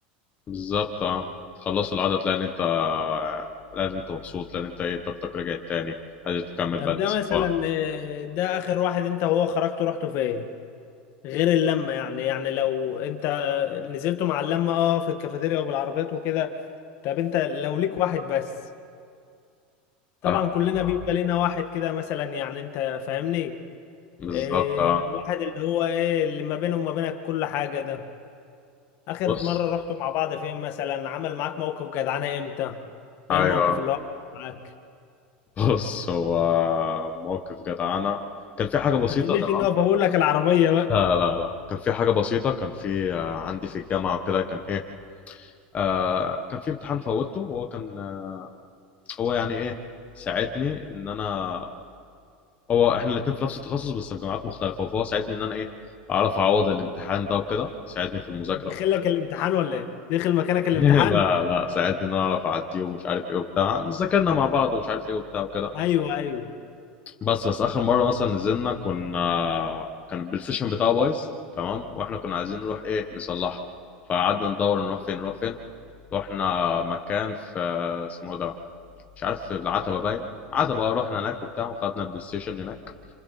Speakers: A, on the left (about 30°); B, on the left (about 50°).
A: بالظبط اه تخلصوا العدد تلاقي ان انت تلاقي ان انت مبسوط تلاقي ان انت ايه طاقتك رجعت تاني قادر تكمل
B: طب
A: باقي
B: ده
A: الاسبوع
B: مثلا آه، ده اخر واحد انت وهو خرجتوا رحتوا فين غير اللمة يعني يعني لو انت نزلتوا مع اللمة اه في الكافيتيريا وبالعربيات وكده طب انت لو ليك واحد بس طبعا
A: اه
B: كلنا
A: آه.
B: بيبقى لنا واحد كده مثلا يعني انت فاهمني
A: بالظبط
B: إيه
A: اه
B: واحد اللي هو ايه اللي ما بينه وما بينك كل حاجة ده اخر
A: بص
B: مرة رحتوا مع بعض فين مثلا عمل معاك موقف جدعانة امتى ايه
A: ايوه
B: الموقف اللي هو عمل معاك
A: <laughs> بص هو موقف جدعانة كان في حاجة بسيطة
B: ما تقوليش
A: تمام
B: ان هو بقول لك العربية بقى
A: لا لا لا كان في حاجة بسيطة كان في آه، عندي في الجامعة وكده كان إيه آه كان في امتحان فوتته وهو كان آه، هو يعني إيه ساعدني إن أنا هو احنا الاتنين في نفس التخصص بس في جامعات مختلفه فهو ساعدني ان انا ايه اعرف اعوض الامتحان ده وكده ساعدني في المذاكره
B: دخل
A: وبتاع.
B: لك الامتحان ولا ايه دخل مكانك الامتحان
A: <laughs> لا لا ساعدني ان انا اعرف اعديه ومش عارف ايه وبتاع ذاكرنا مع بعض ومش عارف ايه وبتاع وكده
B: ايوه ايوه
A: بس بس اخر مره مثلا نزلنا كنا كان البلاي ستيشن بتاعه بايظ تمام واحنا كنا عايزين نروح ايه نصلحه فقعدنا ندور نروح فين نروح فين رحنا مكان في اسمه ده مش عارف في العتبه باين عتبه رحنا هناك وبتاع وخدنا البلاي ستيشن هناك